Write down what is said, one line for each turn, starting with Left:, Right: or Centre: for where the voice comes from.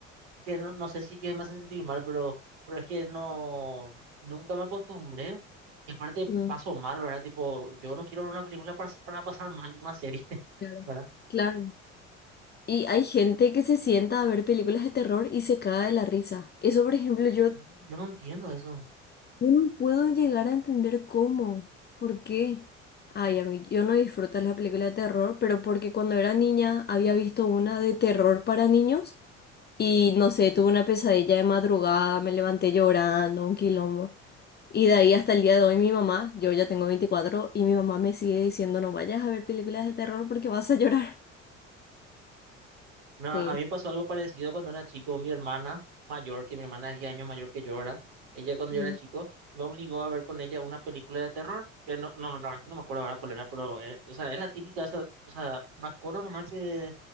Right: Es que no, no sé si que me hace sentir mal, pero, pero es que no, nunca me acostumbré. Y aparte
Left: Mm,
Right: paso mal, ¿verdad? Tipo, yo no quiero ver una película para, para pasar mal una serie, <laughs>
Left: claro.
Right: ¿verdad?
Left: Claro. Y hay gente que se sienta a ver películas de terror y se caga de la risa. Eso, por ejemplo, yo
Right: Sí, yo no entiendo eso.
Left: Yo no puedo llegar a entender cómo, por qué. Ay, a mí, yo no disfruto las películas de terror, pero porque cuando era niña había visto una de terror para niños y no sé, tuve una pesadilla de madrugada, me levanté llorando, un quilombo. Y de ahí hasta el día de hoy mi mamá, yo ya tengo 24 y mi mamá me sigue diciendo no vayas a ver películas de terror porque vas a llorar. <laughs>
Right: No, a
Left: Sí.
Right: mí me pasó algo parecido cuando era chico. Mi hermana mayor, que mi hermana es 10 años mayor que yo, ¿verdad? Ella cuando
Left: Mm.
Right: yo era chico me obligó a ver con ella una película de terror, que no, no, la verdad es que no me acuerdo ahora cuál era, pero, eh, o sea, es la típica, esa- o sea, me acuerdo nomás que